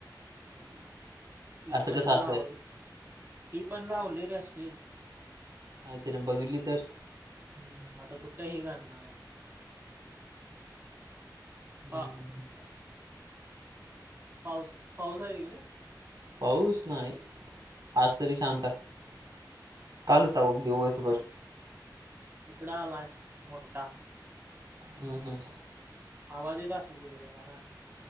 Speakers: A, on the right; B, on the right.
A: <unintelligible>
B: ती
A: असं
B: पण
A: कसं असेल
B: लावय ती पण लावली रे अशीच.
A: अ तीन बघितली तर?
B: हम्म. आता कुठं हे करणार आहे.
A: हम्म.
B: पा पाऊस पाऊस आहे तिकडं?
A: पाऊस नाही. आज
B: हम्म
A: तरी शांत आहे. काल होता बघ दिवसभर.
B: हिकडं आलाय मोठा.
A: हम्म हम्म.
B: आवाज येत असेल की तुला का नाही?